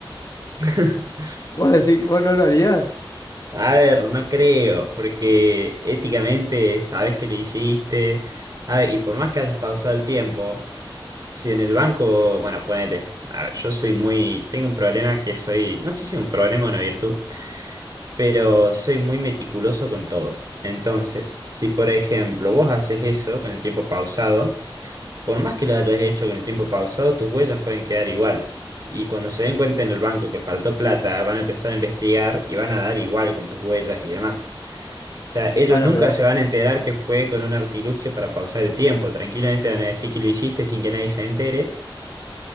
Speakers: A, on the right (about 45°); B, on the left (about 40°).
A: <laughs>
B: <laughs> Vos decís, vos no lo harías.
A: A ver, no creo, porque éticamente sabes que lo hiciste. A ver, y por más que hayas pausado el tiempo, si en el banco, bueno, ponele, a ver, yo soy muy, tengo un problema que soy, no sé si es un problema o una virtud, pero soy muy meticuloso con todo. Entonces, si por ejemplo vos haces eso con el tiempo pausado, por más que lo hayas hecho con el tiempo pausado, tus huellas pueden quedar igual. Y cuando se den cuenta en el banco que faltó plata, van a empezar a investigar y van a dar igual con tus huellas y demás. O sea, ellos
B: Bueno,
A: nunca
B: pero
A: se
B: s-
A: van a enterar que fue con un artilugio para pausar el tiempo. Tranquilamente van a decir que lo hiciste sin que nadie se entere